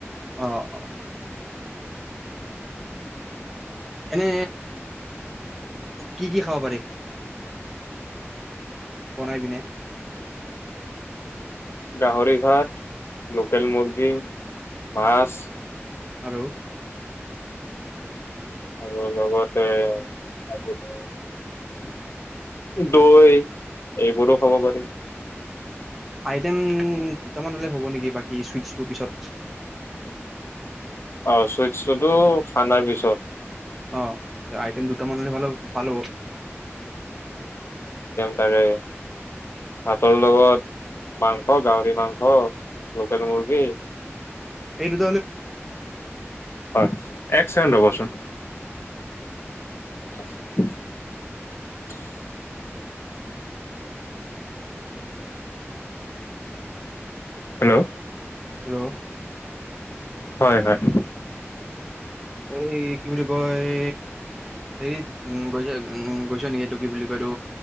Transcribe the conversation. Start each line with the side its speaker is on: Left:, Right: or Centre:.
Centre: অ' অ' এনে কি-কি খাব পাৰি বনাই পিনে।
Left: গাহৰি ভাত, লোকেল মৰ্গী, মাছ,
Centre: আৰু
Left: আৰু লগতে আপুনি দৈ এইবোৰো খাব পাৰি।
Centre: আইটেম দুটামান হ'লে হ'ব নেকি? বাকী চুইটছটো পিছত
Left: অ' চুইট-চুটো খানাৰ পিছত।
Centre: অ' আইটেম দুটা মানে ভাল-ভাল হব।
Left: তাকে, ভাতৰ লগত মাংস, গাহৰি মাংস, লোকেল মুৰ্গী,
Centre: এইটো
Left: হয়, এক কেণ্ড ৰব চোন। ত <unintelligible> <unintelligible> হেল্ল',
Centre: হেল্ল',
Left: হয়-হয়,
Centre: এই কি বুলি কয়? হেৰিত উ, গৈছ উ, গৈছ নেকি? এইটো কি বুলি কয়তো